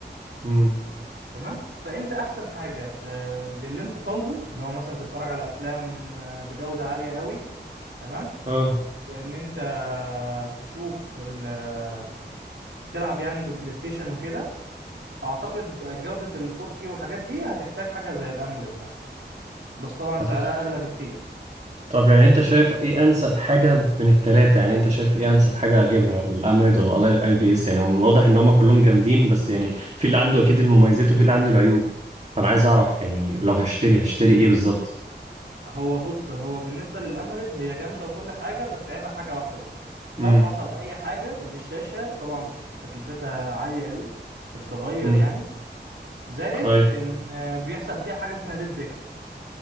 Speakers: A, on the right; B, on the right.
A: امم
B: تمام فانت احسن حاجه آه، للي انت طالبه اللي هو مثلا تتفرج على افلام آه، بجوده عاليه قوي تمام
A: اه
B: وان انت تشوف ال- تلعب يعني بالبلاي ستيشن وكده اعتقد جوده ال 4K والحاجات دي هتحتاج حاجه زي الاموليد مثلا بس طبعا
A: فتحت
B: سعرها اغلى بكتير
A: طب يعني انت شايف ايه انسب حاجه من التلاته يعني انت شايف ايه انسب حاجه اجيبها الاموليد ولا الاي بي اس يعني من الواضح ان هم كلهم جامدين بس يعني في اللي عنده اكيد المميزات وفي اللي عنده العيوب فانا عايز اعرف يعني لو هشتري هشتري ايه بالظبط
B: هو بص هو بالنسبه للاموليد هي جامده وكل حاجه بس عيبها حاجه واحده بس
A: امم
B: لو حصل اي حاجه للشاشه طبعا تكلفتها عاليه قوي عشان تغير
A: امم
B: يعني زائد
A: ايوه
B: ان آه، بيحصل فيها حاجه اسمها ديد بيكسل